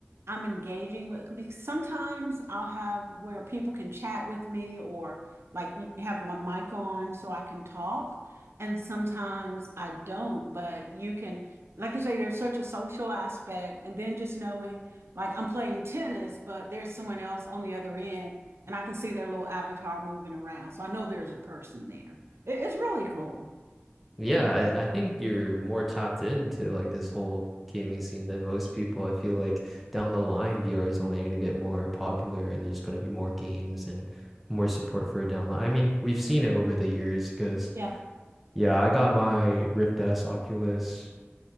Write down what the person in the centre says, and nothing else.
Yeah, I, I think you're more tapped into like this whole gaming scene than most people. I feel like down the line, VR is only going to get more popular and there's going to be more games and more support for it down the line. I mean, we've seen it over the years because,
yeah, I got my Rift S Oculus,